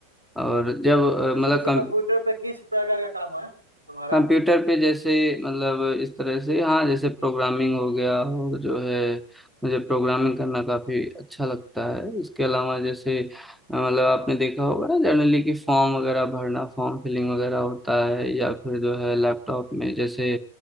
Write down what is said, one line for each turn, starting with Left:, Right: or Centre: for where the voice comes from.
Centre: और जब अ,
Right: अच्छा
Centre: मतलब
Right: जैसे
Centre: कम,
Right: कंप्यूटर पे किस प्रकार का काम है तुम्हारा
Centre: कंप्यूटर पे जैसे मतलब इस तरह से हाँ जैसे प्रोग्रामिंग हो गया और जो है मुझे प्रोग्रामिंग करना काफी अच्छा लगता है इसके अलावा जैसे अ, मतलब आपने देखा होगा ना जनरली कि फॉर्म वगैरह भरना फॉर्म फिलिंग वगैरह होता है या फिर जो है लैपटॉप में जैसे